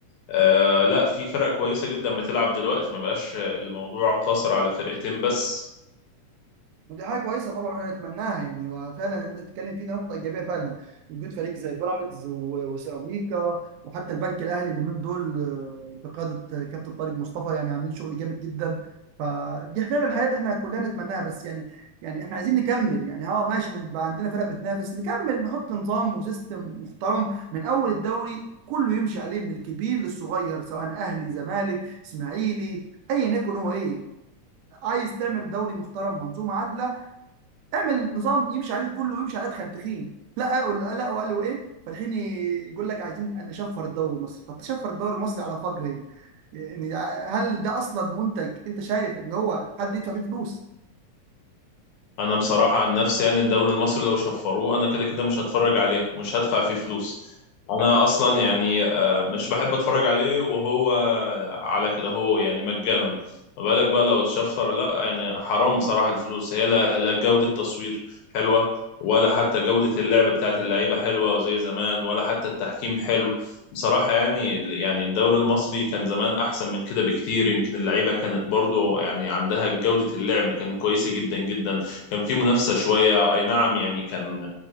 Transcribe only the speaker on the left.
آه لا في فرق كويسة جدا بتلعب دلوقتي ما بقاش الموضوع قاصر على فرقتين بس
انا بصراحه عن نفسي يعني الدوري المصري لو شفروه انا كده كده مش هتفرج عليه مش هدفع فيه فلوس انا اصلا يعني آه، مش بحب اتفرج عليه وهو على كده هو يعني مجانا ما بالك بقى لو اتشفر لا يعني حرام بصراحه الفلوس هي لا, لا جوده تصوير حلوه ولا حتى جوده اللعب بتاعت اللعيبه حلوه وزي زمان ولا حتى التحكيم حلو بصراحه يعني يعني الدوري المصري كان زمان احسن من كده بكتير يمكن اللعيبه كانت برضو يعني عندها جوده اللعب كان كويسه جدا جدا كان في منافسه شويه اي نعم يعني كان